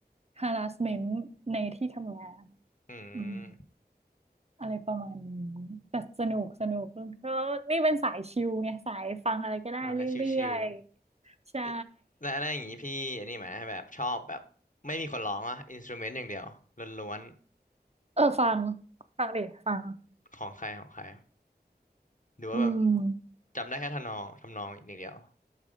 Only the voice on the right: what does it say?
harassment ในที่ทำงาน
อืมอะไรประมาณนี้แต่สนุกสนุกแลนี่เป็นสายชิลไงสายฟังอะไรก็ได้เรื่อย
ๆใช่
เออฟังฟังดิฟัง
อืม